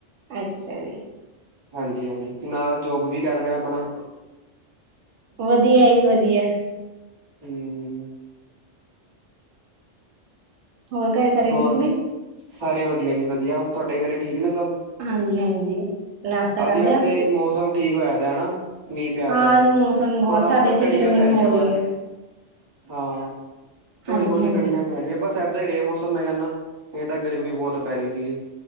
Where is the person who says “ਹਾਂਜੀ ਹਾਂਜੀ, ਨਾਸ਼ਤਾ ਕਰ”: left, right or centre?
Right